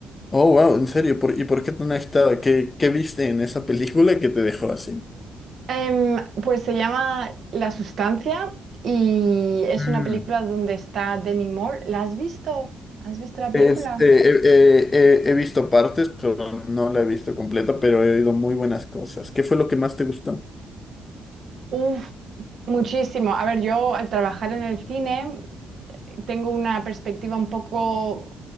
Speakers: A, on the left; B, on the right.
A: Oh, wow, en serio. ¿Por, ¿y por qué tan agitada? ¿Qué, qué viste en esa película que te dejó así?
B: Em, pues se llama La Sustancia y es
A: Mm,
B: una película donde está Demi Moore. ¿La has visto? ¿Has visto la película?
A: Este, he, he- he- he visto partes, pero no la he visto completa, pero he oído muy buenas cosas. ¿Qué fue lo que más te gustó?
B: Uf, muchísimo. A ver, yo al trabajar en el cine tengo una perspectiva un poco